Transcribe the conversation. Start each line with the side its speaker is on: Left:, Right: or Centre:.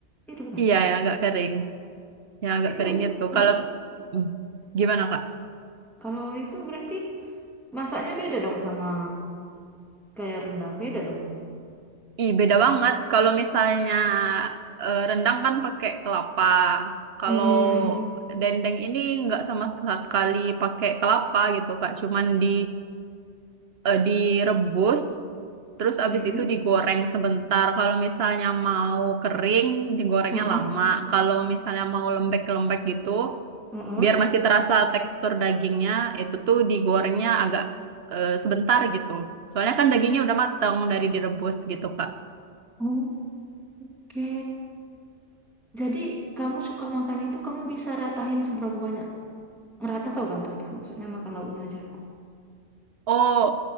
Centre: Itu bukan.
Right: iya yang agak kering, yang agak
Centre: Itu
Right: kering gitu.
Centre: oh,
Right: Kalau Hmm, gimana, Kak?
Centre: kalau itu berarti masaknya beda dong sama kayak rendang, beda dong.
Right: Ih, beda banget. Kalau misalnya eh, rendang kan pakai kelapa. Kalau
Centre: Mm-mm.
Right: dendeng ini nggak sama sekali pakai kelapa gitu, Kak. Cuman di eh, direbus, terus abis
Centre: Mm-mm.
Right: itu digoreng sebentar. Kalau misalnya mau kering, digorengnya
Centre: Mm-mm.
Right: lama. Kalau misalnya mau lembek-lembek gitu,
Centre: Mm-mm.
Right: biar masih terasa tekstur dagingnya, itu tuh digorengnya agak eh, sebentar gitu. Soalnya kan dagingnya udah matang dari direbus gitu, Kak.
Centre: Oh. Oke, jadi kamu suka makan itu kamu bisa ratahin seberapa banyak? Ngeratah tau kan rata, maksudnya makan lauknya aja.
Right: Oh,